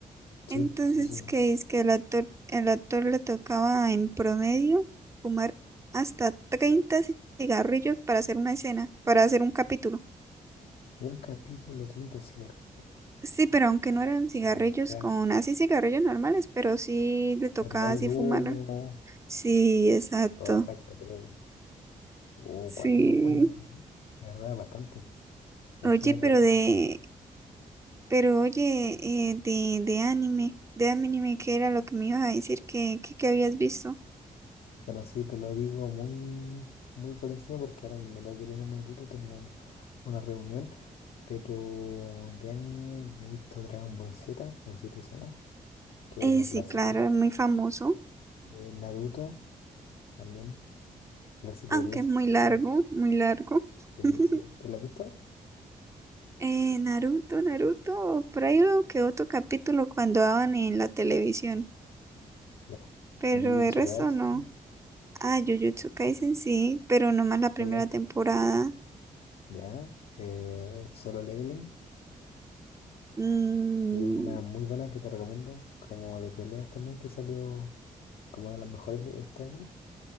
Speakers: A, on the left; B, on the right.
A: Sí,
B: Entonces,
A: sí, sí, sí.
B: que es que el actor, el actor le tocaba en promedio fumar hasta 30 cigarrillos para hacer una escena, para hacer un capítulo.
A: Un capítulo, 30 cigarrillos.
B: Sí, pero aunque no eran cigarrillos
A: My God.
B: con, así cigarrillos normales, pero sí le tocaba
A: Pero igual
B: así
A: el humo,
B: fumar. Sí, exacto.
A: todo afecta, creo. que. Oh, cuático,
B: Sí.
A: buen dato. La verdad, bastante. Imagínate
B: Oye, pero de,
A: cuánto.
B: pero oye, eh, de, de anime, de anime, ¿qué era lo que me ibas a decir que, que, que habías visto?
A: Bueno, sí, te lo digo muy, muy por encima porque ahora me tengo que ir en un minutito, tengo una reunión, pero de anime me he visto Dragon Ball Z, no sé si te suena, que
B: Eh,
A: es lo
B: sí,
A: clásico.
B: claro, es muy famoso,
A: Eh, Naruto, también, clásico
B: aunque
A: de clásicos.
B: es muy largo,
A: La-
B: muy largo.
A: sí,
B: <laughs>
A: sí, ¿Tú lo has visto?
B: Eh, Naruto, Naruto, por ahí uno que otro capítulo cuando daban en la televisión,
A: Ya.
B: pero
A: Jujutsu
B: el resto
A: Kaisen,
B: no. Ah, Jujutsu Kaisen sí, pero no más la primera
A: ¿te la viste?
B: temporada.
A: Ya. Eh, Solo Leveling,
B: Mm,
A: que es una muy buena que te recomiendo, como de peleas también, que salió como de las mejores este año.